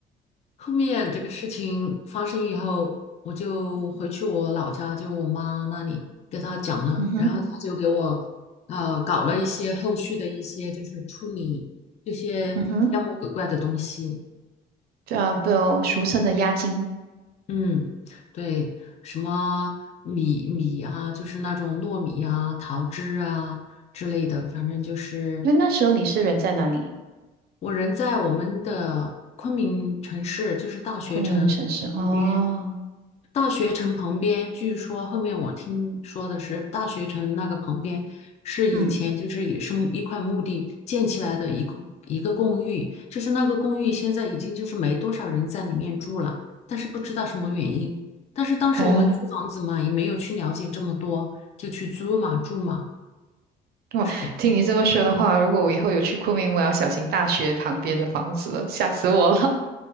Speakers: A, on the left (about 40°); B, on the right (about 70°).
A: 后面这个事情发生以后，我就回去我老家，就我妈那里给她讲了，
B: 嗯哼，
A: 然后她就给我呃搞了一些后续的一些就是处理这些妖魔鬼怪的东西。
B: 嗯哼，这啊，不，俗称的押金。
A: 嗯，对，什么米米啊，就是那种糯米啊、桃汁啊之类的，反正就是
B: 那那时候你是人在哪里？
A: 我人在我们的昆明城市，就是大学城。
B: 昆明城市哦，
A: 旁边。大学城旁边，据说后面我听说的是，大学城那个旁边是以前就是也是一块墓地建起来的一个一个公寓，
B: 嗯，
A: 就是那个公寓现在已经就是没多少人在里面住了，但是不知道什么原因。但是当时我们租房子嘛，
B: 哎。
A: 也没有去了解这么多，就去租嘛住嘛，
B: 哇，
A: 是这样。
B: 听你这么说的话，如果我以后有去昆明，我要小心大学旁边的房子了，吓死我了。